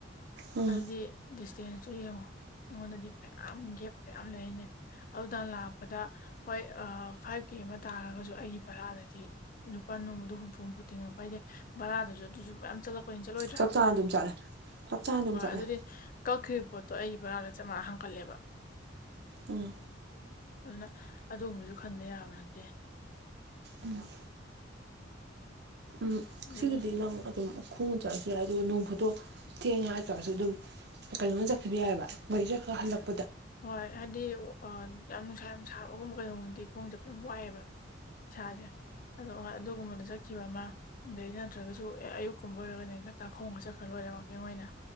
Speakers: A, on the right (about 55°); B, on the left (about 45°).
A: ꯎꯝ
B: ꯑꯗꯨꯗꯤ ꯗꯤꯁꯇꯦꯟꯁꯁꯨ ꯌꯦꯡꯉꯨ ꯑꯩꯉꯣꯟꯗꯗꯤ ꯃꯌꯥꯝ ꯒꯦꯞ ꯃꯌꯥꯝ ꯂꯩ ꯍꯥꯏꯅꯦ ꯑꯗꯨꯗ ꯂꯥꯛꯄꯗ ꯍꯣꯏ ꯐꯥꯏꯚ ꯀꯦ ꯑꯃ ꯇꯥꯔꯒꯁꯨ ꯑꯩꯒꯤ ꯕꯔꯥꯗꯗꯤ ꯂꯨꯄꯥ ꯅꯣꯡꯃꯗ ꯍꯨꯝꯐꯨ ꯍꯨꯝꯐꯨ ꯇꯤꯡꯉꯛꯄ ꯍꯥꯏꯖꯩ ꯕꯔꯥꯗꯁꯨ ꯑꯗꯨꯁꯨ ꯃ ꯆꯠꯂꯛ ꯀꯣꯏꯟ ꯆꯠꯂꯣꯏꯗ꯭ꯔꯥ
A: ꯆꯞ ꯆꯥꯅ ꯑꯗꯨꯝ ꯆꯠꯂꯦ ꯆꯞ ꯆꯥꯅ ꯑꯗꯨꯝ
B: ꯑ
A: ꯆꯠꯂꯦ
B: ꯑꯗꯨꯗꯤ ꯀꯛ꯭ ꯄꯣꯠꯇꯣ ꯑꯩꯒꯤ ꯕꯣꯔꯥꯗ ꯆꯥꯝꯃꯉꯥ ꯍꯥꯡꯀꯠꯂꯦꯕ
A: ꯎꯝ
B: ꯑꯗꯨꯅ ꯑꯗꯨꯒꯕꯁꯨ ꯈꯟꯕ ꯌꯥꯕ ꯅꯠꯇꯦ
A: ꯎꯝ ꯎꯝ ꯁꯤꯒꯤꯗꯤ
B: ꯑꯗꯨꯗꯤ
A: ꯅꯪ ꯑꯗꯨꯝ ꯈꯣꯡ ꯆꯠꯂꯁꯨ ꯌꯥꯏ ꯑꯗꯨꯒ ꯅꯣꯡ ꯐꯨꯠꯇꯣ ꯊꯦꯡꯉꯦ ꯍꯥꯏꯇꯥꯔꯁꯨ ꯑꯗꯨꯝ ꯀꯩꯅꯣꯝ ꯆꯠꯈꯤꯕ ꯌꯥꯏꯑꯕ ꯃꯩꯁ ꯈꯔ ꯍꯜꯂꯛꯄ
B: ꯍꯣꯏ ꯍꯥꯏꯗꯤ ꯌꯥꯝ ꯅꯨꯡꯁꯥ ꯌꯥꯝ ꯁꯥꯕꯒꯨꯝꯕ ꯀꯩꯗꯣꯒꯕꯗꯤ ꯈꯣꯡꯁꯦ ꯐ ꯌꯥꯝ ꯋꯥꯏꯑꯦꯕ ꯏꯁꯥꯁꯦ ꯑꯗꯣ ꯍꯣꯏ ꯑꯗꯨꯒꯨꯝꯕꯗ ꯆꯠꯈꯤꯕ ꯑꯃ ꯑꯗꯩ ꯅꯠꯇ꯭ꯔꯒꯁꯨ ꯑꯦ ꯑꯌꯨꯛꯀꯨꯝꯕ ꯑꯣꯏꯔꯒꯅꯦꯒꯇꯥ ꯈꯣꯡꯒ ꯆꯠꯈ꯭ꯔ ꯂꯣꯏꯔꯦ ꯋꯥꯛꯀꯤꯡ ꯑꯣꯏꯅ